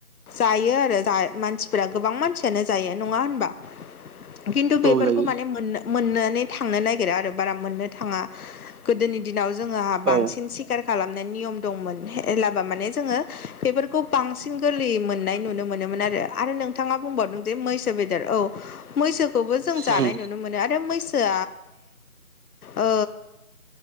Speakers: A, on the left; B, on the right.
A: जायो आरो मानसिफोरा गोबां मानसियानो जायो नङा होनबा खिन्थु बेफोरखौ
B: औ जायो
A: मानेनो मोननानै थांनो नागिरा आरो बारा मोननो थाङा गोदोनि दिनाव जोंङो बांसिन
B: औ
A: खार खालामनाय निम दंमोन माने जोङो बेफोरखौ बांसिन गोरलै मोननाय नुनो मोन मोनोन नोंथाङा बुंबावदों मैसो बेदर औ मैसो खौबो जों जानाय
B: उम
A: नुनो मोनो आरो मैसो आ ओ